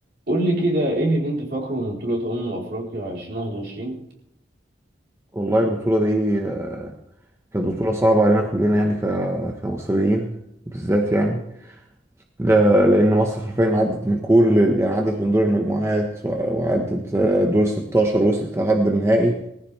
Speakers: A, on the right (about 55°); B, on the right (about 15°).
A: قول لي كده ايه اللي انت فاكره من بطولة أمم أفريقيا 2021
B: والله البطولة دي آه، كانت بطولة صعبة علينا كلنا يعني ك- كمصريين بالذات يعني لا- لأن مصر حرفيا عدت من كل يعني عدت من دور المجموعات و- وعدت آه، دور 16 وصلت لحد النهائي